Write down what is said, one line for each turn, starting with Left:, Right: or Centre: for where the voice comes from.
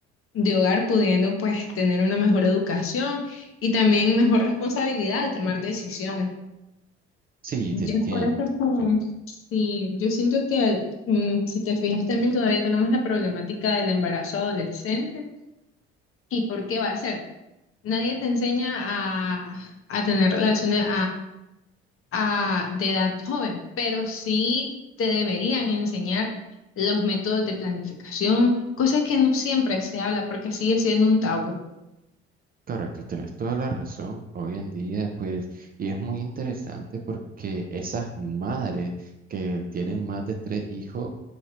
Left: de hogar pudiendo, pues, tener una mejor educación y también mejor responsabilidad al tomar decisiones.
Right: Sí,
Left: Ya
Right: te entiendo.
Left: es por eso que
Right: Sí,
Left: sí, yo siento que al- mm, si te fijas también todavía tenemos la problemática del embarazo adolescente y por qué va a ser. Nadie te enseña a, a tener relaciones, a- de edad joven, pero sí te deberían enseñar los métodos de planificación, cosa que no siempre se habla porque sigue siendo un tabú.
Right: correcto, tienes toda la razón. Hoy en día, pues, y es muy interesante porque esas madres que tienen más de tres hijos,